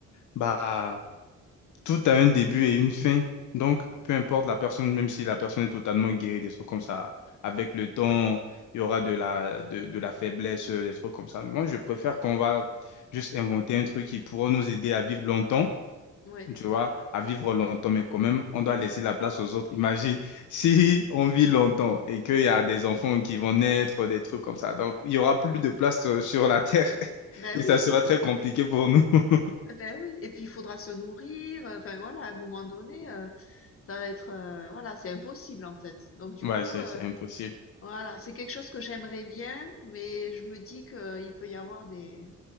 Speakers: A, on the left (about 80°); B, on the left (about 45°).
A: bah, tout a un début et une fin. Donc, peu importe la personne, même si la personne est totalement guérie, des trucs comme ça, avec le temps, il y aura de la, de, de la faiblesse, euh, des trucs comme ça. Mais moi, je préfère qu'on va juste inventer un truc qui pourra nous aider à vivre longtemps
B: Ouais.
A: tu vois, à vivre longtemps, mais quand même, on doit laisser la place aux autres. Imagine <laughs> si on vit longtemps et qu'il y a des enfants qui vont naître, des trucs comme ça. Donc, il y aura plus de place euh, sur la Terre <laughs>
B: Ben
A: et
B: oui,
A: ça
B: c'est
A: sera
B: ça.
A: très compliqué pour nous. <laughs>
B: Ben oui. Et puis il faudra se nourrir. euh, Enfin voilà, à un moment donné, euh, ça va être, euh, voilà, c'est impossible en fait. Donc du
A: Ouais,
B: coup,
A: c'est
B: euh,
A: c'est impossible.
B: voilà, c'est quelque chose que j'aimerais bien, mais je me dis qu'il peut y avoir des,